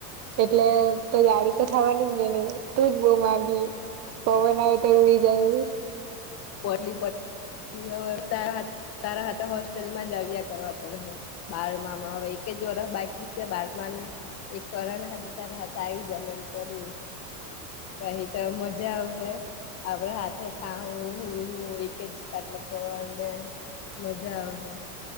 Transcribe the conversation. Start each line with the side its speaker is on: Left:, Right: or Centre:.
Right: એટલે, તો જાડી, તો થવાની ગ નઈ, ટૂક બહુ માંંધી પવન આવે ઉ, ઉરી જાઉ
Left: પડલી, પ યો તારા હાથે, હોસ્ટેલમા જ આવ્યા કરવા પડેશે બારમામાં હવે, એક જ ઓરફ બાકી છે, બારમાનું એક વરણ હજ, ત ત આવી, જમે એમ કરું પહી, તો મજા આવે હે આપડે હાથે, ખા હું, એક જ ખટલે પણ ને મજા આવશે.